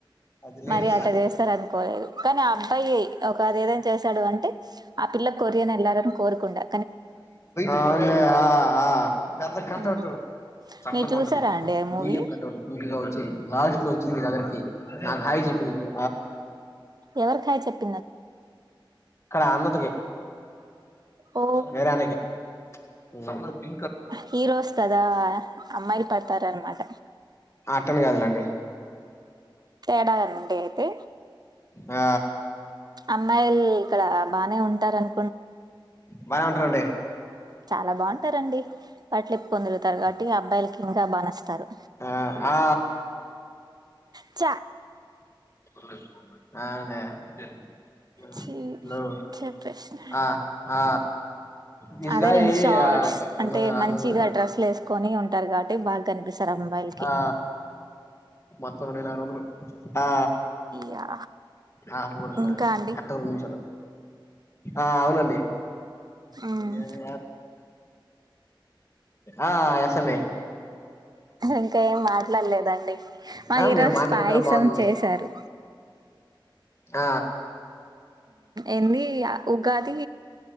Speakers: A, on the left; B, on the right.
A: అది లేదు
B: మరి అట్ట చేస్తార నుకోలేదు కానీ ఆ అబ్బాయి ఒక అది ఏదైన చేశాడు అంటే ఆ పిల్ల కొరియన్ వెళ్లారని కోరుకుండె
A: అవున్లే ఆ ఆ పెద్ద కటౌటు
B: ఆ
A: సన్నగా
B: మీరు చూసారా
A: ఉంటది
B: అండి ఆ మూవీ
A: మీడియం కటౌట్ నీట్గా వచ్చి లాస్ట్ లో వచ్చింది ఎదరికి నాకు హాయి చెప్పంది చు
B: ఎవరకి హయ్ చెప్ప్
A: ఇక్కడ అన్నతుకి
B: ఓ
A: వేరే అన్నయకి సమర్పి
B: హీరోస్ కదా అమ్మాయిలు పడతార న మాట
A: అట్ట ని కాదులెండి
B: తేడానండి అయితే
A: ఆ
B: అమ్మాయిలు ఇక్కడ బానే ఉంటారను
A: బానే వుంటరండి
B: చాలా బాగుంటారండి వాటిలు పుకోనితిరుగుతారు కాబట్టి అబ్బాయిలకి ఇంకా బానచ్చుతారు
A: ఆ ఆ
B: చ
A: <unintelligible>
B: ఛీ చెప్పేసిన
A: ఆ ఆ దిస్
B: అదే
A: గాయి
B: రెండు షార్ట్స్
A: రెండు
B: అంటే
A: వందల యాభై
B: మంచిగా
A: కోటేటోడు
B: డ్రెస్సులు వేసుకొని ఉంటారు కాబట్టి బాగా కనిపిస్తారు అమ్మాయిలకి
A: ఆ మత్త రణ అ
B: యా
A: ఆ పోడు
B: ఇంకా అండి
A: క ని ఆ అవునండి
B: మ్మ్
A: ఏది ఆ ఎసన్నా
B: ఇంకా ఏం మాట్లాడలేదండి మాకు
A: ఆ
B: ఈరోజు
A: మీరు మాట్లాడిపోయినా
B: పా పాయసం
A: బాగుంది
B: చేశారు
A: ఆ
B: ఎంది ఉగాది